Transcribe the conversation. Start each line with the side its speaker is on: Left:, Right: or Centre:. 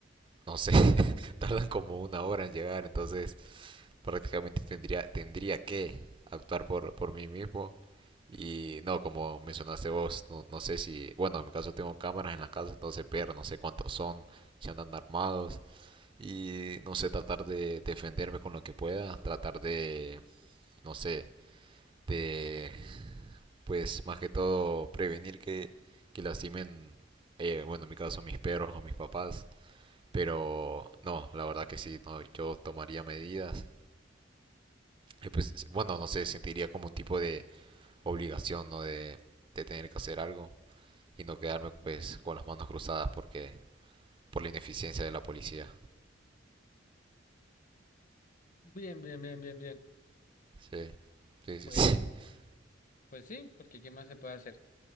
Right: no sé, <laughs> tardan como una hora en llegar, entonces prácticamente tendría, tendría que actuar por, por mí mismo. Y no, como mencionaste vos, no, no sé si, bueno, en mi caso tengo cámaras en la casa, entonces ver, no sé cuántos son, si andan armados, y no sé, tratar de defenderme con lo que pueda, tratar de, no sé, de pues más que todo prevenir que, que lastimen, eh, bueno, en mi caso mis perros o mis papás, pero no, la verdad que sí, no, yo tomaría medidas. Y pues, bueno, no sé, sentiría como un tipo de obligación, ¿no? De, de tener que hacer algo y no quedarme pues con las manos cruzadas porque por la ineficiencia de la policía.
Left: Bien, bien, bien, bien, bien.
Right: Sí, sí, sí,
Left: Pues,
Right: sí. <laughs>
Left: pues sí, porque ¿qué más se puede hacer?